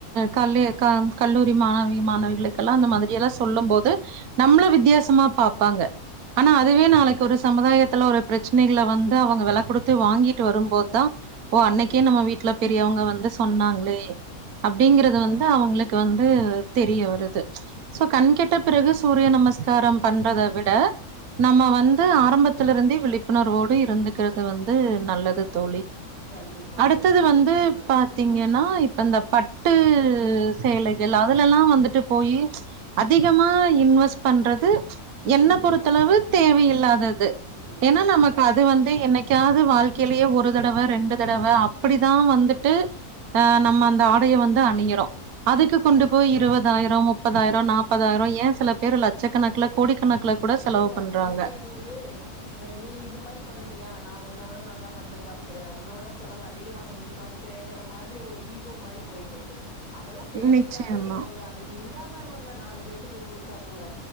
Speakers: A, on the right (about 75°); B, on the left (about 25°).
A: கல்லே கல்லூரி மாணவி மாணவிகளுக்கெல்லா அந்த மாதிரியெல்லா சொல்லு போது நம்மள
B: ம்
A: வித்தியாசமா பாப் வாங்க ஆனா அதுவே
B: ம்
A: நாளைக்கு
B: ம்
A: ஒரு சமுதாயத் கலோ ரெப் பிரச்சனைகள வந்து அவுங்க வெல குடுத்து வாங்கிட்டு வரும்போது தா ஓ அன்னைக்கே
B: ம்
A: நம்ம வீட்ல பெ அப்டி அவுங்க வந்து சொன்னாங்ளே அப்டிங்குறது
B: கண்டிப்பாங்க
A: வந்து அவுங்களுக்கு
B: ம்
A: வந்து தெரிய வருது ச் சொ கண்கெட்ட
B: ம்
A: பிறகு சூரிய நமஸ்கார பண்றத விட நம்ம வந்து ஆரம்பத்துல இருந்தே விழிப் உணர்வோடு இருந்துக்குறது வந்து இது நல்லது தோழி
B: கண்டிப்பாங்க
A: அடுத்தது
B: தோழி நீங்க
A: வந்து
B: சொன்னது
A: பாத்தீங்கன்னா
B: ம்
A: இப்ப இந்த பட்டு
B: சொல்லுங்க
A: செயலைகள் அதுலலா வந்துட்டு போய் ச் அதிகமா இன்வெஸ் பண்றது ச்
B: கண்டிப்பா
A: என்ன பொறுத்தளவு
B: கண்டிப்பாங்க
A: தேவையில்லாதது
B: ம்
A: எனா
B: கண்டிப்பா
A: நமக்கு அது வந்து என்னைக்காவது வாழ்க்கையிலயே ஒரு தடவ ரெண்டு தடவ அப்டிதா வந்துட்டு ஆ நம்ம அந்த ஆடைய வந்து அணியிறோ அதுக்கு கொண்டு
B: ஆமாங்க
A: போய் இருபதாயிரோ முப்பதாயிர நாப்பதாயிர ஏ சில பேர் லட்சக்கணக்குல கோடிக்கணக்குல கூட
B: கண்டிப்பாங்க
A: செலவு பண்றாங்க.
B: இன்னைக்கு அது ஒரு அ நீ இந்த மாரி பண்ணினியா நா உன்னோட நல்லா பண்ணே காமிக்கிறே உன்னோட செலவு அதிகமா செஞ்சு காமிக்கிறேங்கிற மாரி ஒரு ஈகோ மாரி போயிட்டு இருக்கு அதெல்லா தேவையில்லாத
A: நிச்சயமா.
B: செலவு தா அதுக்கு இல்லாதவங்க நாலு பேத்துக்கு குடுத்தா கூட